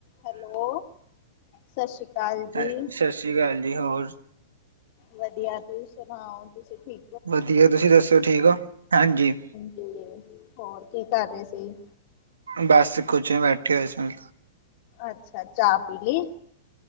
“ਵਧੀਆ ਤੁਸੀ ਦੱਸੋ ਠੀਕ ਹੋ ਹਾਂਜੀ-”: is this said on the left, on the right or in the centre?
Right